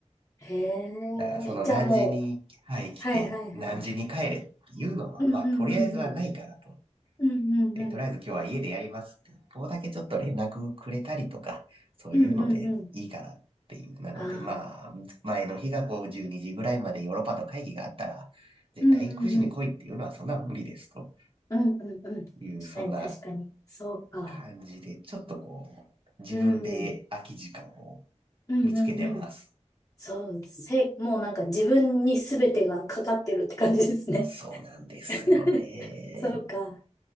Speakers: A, on the left; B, on the right.
A: へえ。
B: だからその何時に、
A: じゃあもう。
B: はい、来て、
A: はいはいはい。
B: 何時に帰れっていうのは、
A: うんうんうんうん。
B: まあとりあえずはないからと。
A: うんうんうん。
B: で、とりあえず今日は家でやりますって。ここだけちょっと連絡くれたりとか、そういうのでいいからっていう。
A: うんうんうん。
B: なので、
A: ああ。
B: まあ、前の日がこう12時ぐらいまでヨーロッパと会議があったら、絶対9時に来いっていうのはそんな無理ですと
A: うんうんうん。うんうんうん。確かに確かに。
B: いう、そんな
A: そうか。
B: 感じで、ちょっとこう、自分で空き時間を
A: うん。うんうんうん。
B: 見つけてます。
A: そう、せ、もうなんか自分に全てがかかってるって感じですね。
B: そうなんですよね。
A: <laughs> そうか。